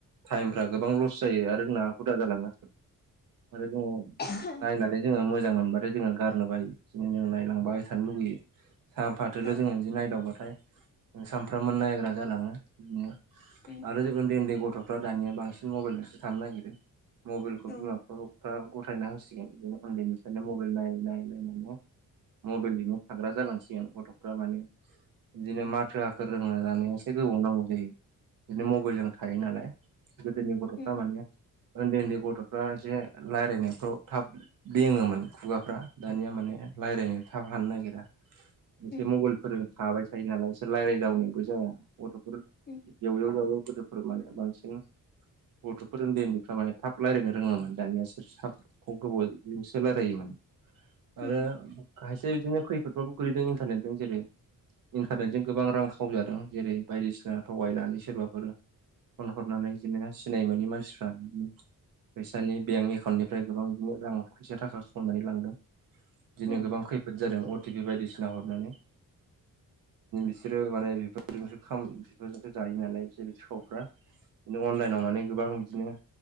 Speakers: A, on the right (about 75°); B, on the left (about 30°).
A: टाइम फ्रा गोबां लस खुस जायो आरो जोंना हुदा जालांनो आरो जोङो
B: <inaudible>
A: नायनानै जोङो मोजां मोनबाथाय जोङो गारनो बायो बिदिनो जोङो नायलांबाय थानो लुुबैयो। सानफाथोल'
B: औ
A: जोङो बिदि नायदावबाथाय सानफ्रामबो नायग्रा जालाङो बि
B: उम
A: आरो ज उन्दै उन्दै गथ'फ्रा दानिया बांसिन मबाइलजोंसो थानो नागिरो मबाइलखौ
B: औ
A: बिमा बिफाव फा गथायना होसिगोन बिदिनो उन्दैनिफ्रायनो मबाइल नायै नायै नायनानै मबाइलनिल' थाग्रा जालांसिगोन गथ'फ्रा माने। बिदिनो माथो आखोर रोंहोनानै एसे गोबाव नांगौ जायो। बिदिनो मबाइलजों थायो नालाय गोदोनि
B: उम
A: गथ'फ्रा माने ओन्दै ओन्दै गथ'फ्रा एसे रायज्लायनायफ्राव थाब बेङोमोन खुगाफ्रा दानिया माने रायलायनो थाब हानो नागिरा एसे
B: उम
A: मबाइलफोरजों थाबाय थायो नालाय एसोर रायलायदावनायबो जाया गथ'फोर जेवजेव
B: उम
A: जावजाव गोदोफोर माने बांसिन गथ'फोर ओन्दै ओन्दैफ्रा माने थाब रायलायनो रोङोमोन दानिया बिसोर गोबावजोंसो रायलायोमोन
B: उम
A: आरो खायसे बिदिनो खैफोद बा खुलिदों इनथारनेटजों जेरै इन्टारनेटजों गोबां रां खावजादों जेरै बायदिसिना थगायनानै सोरबाफोर फन हरनानै बिदिनो सिनाय मोनिमानसिफ्रा बिदिनो फैसानि बेंक एकाउन्टनिफ्राय गोबां बिदिनो रां फैसा थाखा खावनानै लांदों। बिदिनो
B: उम
A: गोबां खैफोद जादों अटिपि बायदिसिना हरनानै बिसोरो माने बिफोरजोंसो ख बिफोरजोंसो जायो नालाय बि सिखावफ्रा बिनो अनलाइनाव माने गोबां बिदिनो